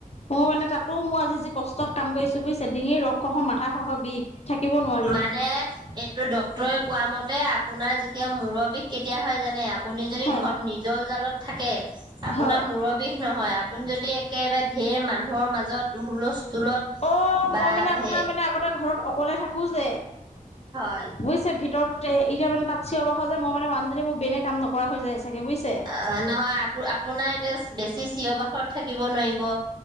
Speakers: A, on the left; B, on the right.
A: মই মানে তাতো মই আজি যি কষ্টত কাম কৰিছো বুজিছে ডিঙিৰ ৰসহ মাথা খহৰ বিষ থাকিব নোৱা
B: মানে এইটো ডক্টৰে কোৱা মতে আপোনাৰ যেতিয়া মূৰৰ বিষ কেতিয়া হয় জানে আপুনি যদি
A: হয়
B: ঘৰত নিজৰ জালত থাকে আপোনাৰ
A: হয়
B: মূৰৰ বিষ নহয়। <inaudible> যদি একেবাৰে ঢেৰ মানুহৰ মাজত হুলস্থুলত
A: অ
B: বা
A: মই মানে আপোনাৰ
B: ধে।
A: মানে আগতে ঘৰত অকলে থাকোঁ যে।
B: হয়।
A: বুজিছে ভিতৰতে এই যে মান তাত চিঞৰ বাখৰ মানে মানুহজনী মোক বেনে কামত। কোৱা হৈ যায় চাগে। বুজিছে।
B: অ নহয় আপ আপোনাৰ এতিয়া বেছি চিঞৰ বাখৰত থাকিব নোৱাৰিব।